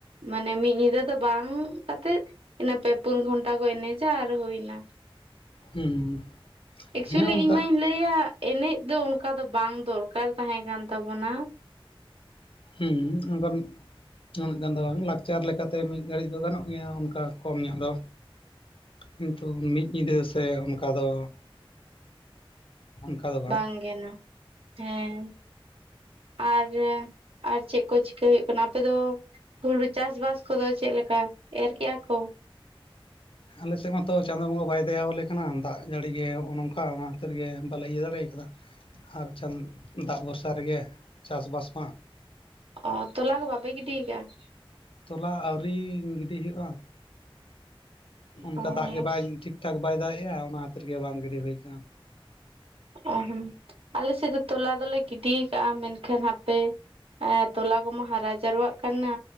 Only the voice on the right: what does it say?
ᱢᱟᱱᱮ ᱢᱤᱫ ᱧᱤᱫᱟᱹ ᱫᱚ ᱵᱟᱝ ᱠᱟᱛᱮᱫ ᱤᱱᱟᱹ ᱯᱮ ᱯᱩᱱ ᱜᱷᱚᱱᱴᱟ ᱠᱚ ᱮᱱᱮᱡᱟ ᱟᱨ ᱦᱩᱭ ᱮᱱᱟ
ᱮᱠᱪᱩᱞᱤ
ᱤᱧ ᱢᱟᱧ ᱞᱟᱹᱭ ᱞᱟᱹᱭᱟ ᱮᱱᱮᱡ ᱫᱚ ᱚᱱᱠᱟ ᱫᱚ ᱵᱟᱝ ᱫᱚᱨᱠᱟᱨ ᱛᱟᱦᱮᱸ ᱠᱟᱱ ᱛᱟᱵᱚᱱᱟ
ᱵᱟᱝ ᱜᱮ ᱦᱮᱸ ᱟᱨ ᱟᱨ ᱪᱮᱫ ᱠᱚ ᱪᱤᱠᱟᱹ ᱦᱩᱭᱩᱜ ᱠᱟᱱᱟ ᱟᱯᱮ ᱫᱚ ᱦᱩᱲᱩ ᱪᱟᱥ ᱵᱟᱥ ᱠᱚ ᱫᱚ ᱪᱮᱫ ᱞᱮᱠᱟ ᱮᱨ ᱠᱮᱜᱼᱟ ᱠᱚ
ᱚ ᱛᱚᱞᱟ ᱠᱚ ᱵᱟᱵᱮ ᱜᱤᱰᱤᱭᱟᱠᱟᱫᱟ
ᱚ
ᱚ ᱦᱚᱸ ᱟᱞᱮ ᱥᱮᱫ ᱫᱚ ᱛᱚᱞᱟ ᱫᱚᱞᱮ ᱜᱤᱰᱤ ᱠᱟᱜᱼᱟ ᱢᱮᱱᱠᱷᱟᱱ ᱦᱟᱯᱮ ᱮ ᱛᱚᱞᱟ ᱠᱚᱢᱟ ᱦᱟᱨᱟ ᱡᱟᱨᱣᱟᱜ ᱠᱟᱱᱟ